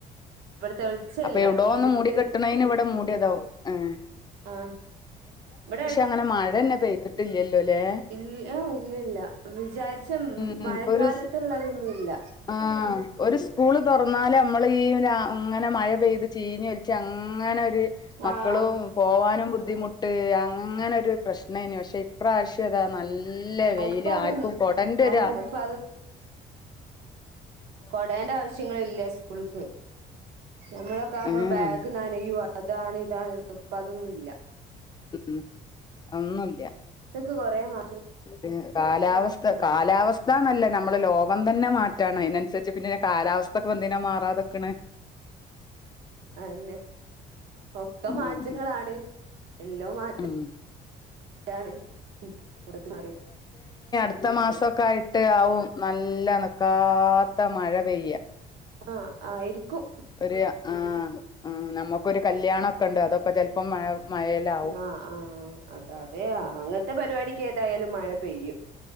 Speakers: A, on the right; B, on the left.
A: ഇവിടത്തെ വെളിച്ചല്ല
B: അപ്പ എവിടോ
A: ഇരുട്ട്
B: ഒന്ന് മൂടി കെട്ടണേന് ഇവടെ മൂ ടിതാവും ആഹ്
A: ആഹ് ഇവിടെ അടു
B: അങ്ങനെ മഴന്നെ പെയ്തിട്ടില്ലല്ലോ ല്ലേ
A: ഇല്ല എ് ഇല്ലല്ല വിചാരിച്ച
B: ഉം
A: മഴക്കാലത്തുള്ളതൊന്നുംല്ല
B: ഇപ്പൊ ഒരു ആഹ് ഒരു സ്കൂള് തുറന്നാല് അമ്മള് ഈ രാ ഉം അങ്ങനെ മഴ പെയ്ത് ചീഞ്ഞൊലിച്ച് അങ്ങനെരു ര് മക്കളും
A: ആഹ്
B: പോവാനും ബു ദ്ധിമുട്ട് അങ്ങനെ ഒരു പ്രശ്നേനു പക്ഷെ ഇപ്രാവശ്യം അതാ നല് ല്ല വെയില്
A: ഇപ്പ അതൊന്ന്
B: ആർക്കും കൊടന്റെരു
A: അതന്നെ
B: ആ
A: ഇപ്പ കൊടേൻ്റെ ആവശ്യങ്ങള് ഇല്ല സ്കൂൾക്ക്. നമ്മളൊക്കെ ആവുമ്പോ
B: ഉം
A: ബാഗ് നനയു വ അതാണ് ഇതാണ് <unintelligible> ഇപ്പോഅതൊന്നുംല്ല
B: ഉം ഒന്നൂല്ല.
A: ക്ക് കൊറേ മാ
B: എഹ് കാലാവസ്ഥ കാലാവസ് ഥാന്നല്ല നമ്മള ലോകം തന്നെ മാറ്റാണ് അയിനൻസരിച്ച് പിന്നെ കാലാവസ്ഥൊക്കെപ്പെന്തിനാ മാറാതെ ക്ക്ണ്?
A: അയന്നെ. ഒക്കെ
B: ഉം
A: മാറ്റങ്ങളാണ്. എല്ലോം മാറ്റാണ്
B: ഉം
A: ഉം പൊറത്ത് മാറി
B: ത്ത മാസൊക്കെ ആയിട്ട് ആവും നല്ല നിക്കാത്ത മഴ പെയ്യാ
A: ആഹ് ആയിരിക്കും
B: ഒരു ആഹ് ആഹ് നമുക്കൊരു കല്യാണൊക്കെ ഇണ്ട് അതൊക്കെ ചെലപ്പം മഴ മഴയിലാവും
A: ആഹ് ആഹ് അത അതെയാ അങ്ങ് ത്തെ പരിപാടിക്ക് ഏതായാലും മഴ പെയ്യും